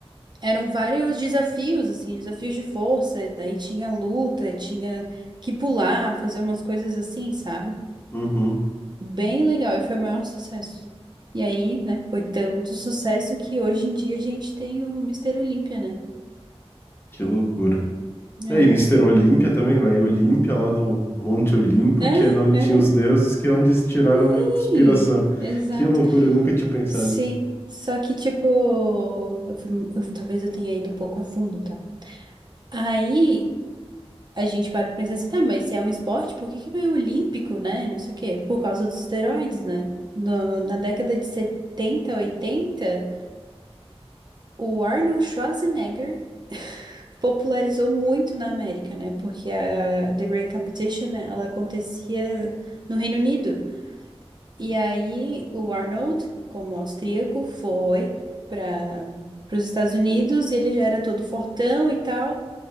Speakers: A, on the right; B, on the left.
A: eram vários desafios, assim, desafios de força, daí tinha luta, tinha que pular, fazer umas coisas assim, sabe?
B: Uhum.
A: Bem legal, e foi o maior sucesso. E aí, né, foi tanto sucesso que hoje em dia a gente tem o Mister Olímpia, né?
B: Que loucura.
A: É.
B: É, E Mister Olímpia também, vai. Olímpia, lá do Monte Olimpo,
A: É,
B: que é de onde tinha
A: aham.
B: os deuses, que é onde eles tiraram
A: Sim,
B: a inspiração.
A: exato.
B: Que loucura, eu nunca tinha pensado
A: Sim,
B: nisso.
A: só que tipo, eu fui- eu- talvez eu tenha ido um pouco a fundo, tá? Aí a gente para pra pensar assim, tá, mas se é um esporte, por que que não é olímpico, né? Não sei o quê. Por causa dos esteroides, né? No- na década de setenta oitenta o Arnold Schwarzenegger popularizou muito na América, né? Porque a The Great Competition, né, ela acontecia no Reino Unido. E aí o Arnold, como austríaco, foi para os Estados Unidos e ele já era todo fortão e tal.